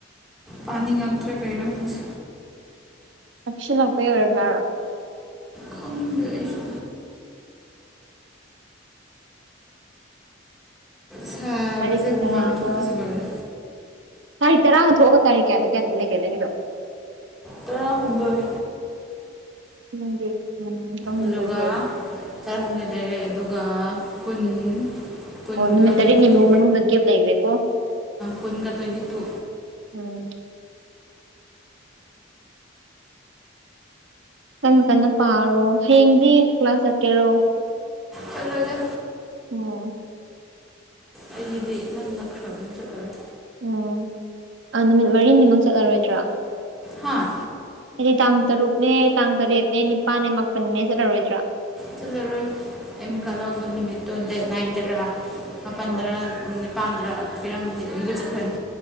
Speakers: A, in the centre; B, on the right.
A: ꯄꯥꯟꯅꯤꯡꯉꯥꯛꯇ꯭ꯔꯦ ꯀꯩꯔ ꯈꯪꯗꯦ
B: ꯂꯁ ꯂꯄꯩ ꯑꯣꯏꯔꯕꯥꯔ
A: ꯈꯪꯗ꯭ꯔꯦ ꯑꯩꯁꯨ ꯁꯥꯕꯁꯦ
B: ꯇꯥꯔꯤꯛ
A: ꯍꯨꯃꯥꯡ
B: ꯇꯔꯥꯗ
A: ꯊꯣꯛꯄꯁꯨ ꯂꯣꯏꯔꯦ
B: ꯇꯥꯔꯤꯛ ꯇꯔꯥꯒ ꯊꯣꯛꯑꯒ ꯇꯥꯛ ꯀꯌꯥꯗ ꯀꯌꯥꯝ ꯂꯩꯒꯦ ꯅꯪꯒꯤꯗꯣ
A: ꯇꯔꯥꯍꯨꯝꯗꯣꯏ
B: ꯎꯗꯤ ꯎꯝ ꯇꯔꯥꯍꯨꯝꯗꯣꯏ
A: ꯑꯗꯨꯒ
B: ꯂꯩꯔꯦ
A: ꯇꯔꯥꯍꯨꯝꯗꯣꯏ ꯂꯩꯔꯦ ꯑꯗꯨꯒ ꯀꯨꯟ ꯀꯨꯟꯒ
B: ꯑꯣ ꯅꯨꯃꯤꯠ
A: ꯇ꯭ꯋꯦꯟꯇꯤ
B: ꯇꯔꯦꯠꯅꯤꯃꯨꯛ
A: ꯇꯨ
B: ꯃꯅꯨꯡꯗ ꯒꯦꯞ ꯂꯩꯒ꯭ꯔꯦꯀꯣ
A: ꯀꯨꯟꯒ ꯇ꯭ꯋꯦꯟꯇꯤ ꯇꯨ
B: ꯑ ꯀꯟꯅ ꯀꯟꯅ ꯄꯥꯔꯣ ꯍꯌꯦꯡꯗꯤ ꯀ꯭ꯂꯥꯁ ꯆꯠꯀꯦꯔꯣ
A: ꯆꯠꯂꯣꯗ
B: ꯑꯣ
A: ꯑꯩꯒꯤꯗꯤ ꯅꯪ ꯅꯛꯈ꯭ꯔꯕ ꯆꯠꯂꯔꯣꯏ
B: ꯑꯣ ꯑꯥ ꯅꯨꯃꯤꯠ ꯃꯔꯤꯅꯤꯃꯛ ꯆꯠꯂꯔꯣꯏꯗ꯭ꯔꯥ
A: ꯍꯥꯥ
B: ꯍꯥꯏꯗꯤ ꯇꯥꯡ ꯇꯔꯨꯛꯅꯦ ꯇꯥꯡ ꯇꯔꯦꯠꯅꯦ ꯅꯤꯄꯥꯜꯅꯦ ꯃꯥꯄꯜꯅꯦ ꯆꯠꯂꯔꯣꯏꯗ꯭ꯔꯥ
A: ꯆꯠꯂꯔꯣꯏ ꯑꯦꯃꯤꯀꯥ
B: ꯎꯝ
A: ꯂꯧꯕ ꯅꯨꯃꯤꯠꯇꯣ ꯗꯦꯠ ꯅꯥꯏꯟꯗꯔꯥ ꯃꯥꯄꯜꯗꯔꯥ
B: ꯑꯣ
A: ꯄꯥꯟꯗ꯭ꯔ ꯄꯤꯔꯝꯃꯤ ꯑꯗꯨꯒꯗ ꯆꯠꯈꯅꯤ